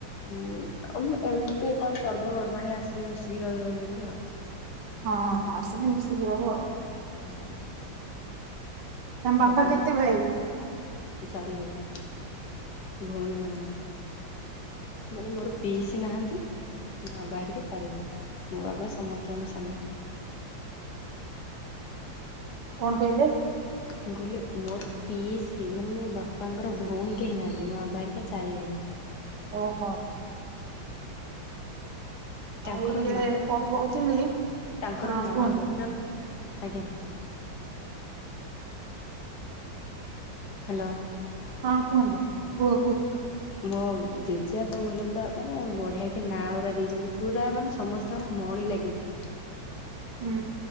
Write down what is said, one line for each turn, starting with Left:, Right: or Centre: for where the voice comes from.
Left: ହୁଁ ଆଉ ଏମିତି କଣ ପର୍ବପର୍ବାଣି ଆସିଲେ ମିଶିକି ରହିଯାଉଛନ୍ତି ଆଉ।
Right: ହଁ ହଁ ସେମତି ମିଶିକି ରହିବ ଆଉ।
Left: ହୁଁ ହୁଁ।
Right: ତମ ବାପା
Left: ଆଜି
Right: କେତେ ଭାଇ
Left: ଚାରି ଭାଇ ଭଉଣୀ ନାହାନ୍ତି। ମାନେ ମୋର ପିଇସି ନାହାନ୍ତି। ମୋ ବାବାହେରିକା ଚାରିଭାଇ ମୋ ବାବା ସମସ୍ତଙ୍କଠୁ ସାନ।
Right: କଣ କହିଲେ?
Left: ମୁଁ କହିଲି ମୋର ପିଇସୀ ମାନେ ମୋ ବାପାଙ୍କର ଭଉଣୀ କେହି ନାହାନ୍ତି ମୋ ବାବା ହେରିକା ଚାରି ଭାଇ।
Right: ଓହୋ।
Left: ତାଙ୍କର
Right: ଆଉ ଇଏ
Left: ନାଁ
Right: କଣ କହୁଥିଲି
Left: ତାଙ୍କର
Right: ହଁ
Left: ନାଁ
Right: କୁହନ୍ତୁ।
Left: <unintelligible> ଆଜ୍ଞା। ହ୍ୟାଲୋ।
Right: ହଁ କୁହନ୍ତୁ କୁହ କୁହ।
Left: ମୋ ଜେଜେପା ଭଲ ପୁରା ମାନେ ବଢ଼ିଆକି ନାଉରା ଦେଇଛନ୍ତି ପୁରା ମାନେ ସମସ୍ତେ ତାର ମଣି ଲାଗିଥିବ।
Right: ହୁଁ।